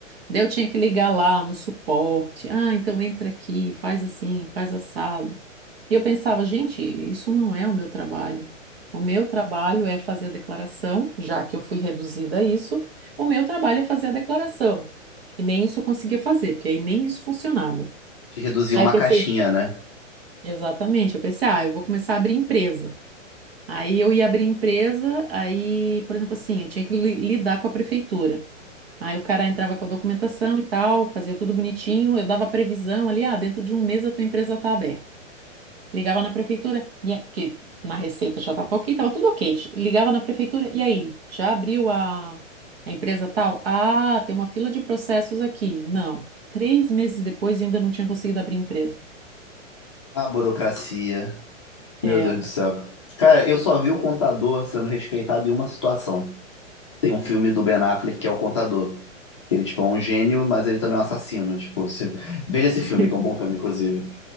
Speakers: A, on the right; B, on the left.
A: Daí eu tinha que ligar lá no suporte. Ah, então entra aqui, faz assim, faz assado. E eu pensava, gente, isso não é o meu trabalho. O meu trabalho é fazer a declaração, já que eu fui reduzida a isso, o meu trabalho é fazer a declaração. E nem isso eu conseguia fazer, porque aí nem isso funcionava.
B: Te reduzir
A: Aí
B: a uma
A: eu pensei,
B: caixinha, né?
A: exatamente, eu pensei, ah, eu vou começar a abrir empresa. Aí eu ia abrir empresa, aí, por exemplo, assim, eu tinha que li- lidar com a prefeitura. Aí o cara entrava com a documentação e tal, fazia tudo bonitinho, eu dava previsão ali, ah, dentro de um mês a tua empresa está aberta. Ligava na prefeitura, e aí- porque na receita já estava ok, estava tudo ok. Ligava na prefeitura, e aí? Já abriu a, a empresa tal? Ah, tem uma fila de processos aqui. Não. Três meses depois e ainda não tinha conseguido abrir a empresa.
B: Ah, burocracia. Meu
A: É.
B: Deus do céu. Cara, eu só vi o contador sendo respeitado em uma situação. Tem um filme do Ben Affleck que é o contador. Que ele, tipo, é um gênio, mas ele também é um assassino. Tipo, se- veja esse
A: <laughs>
B: filme, que é um bom filme, inclusive.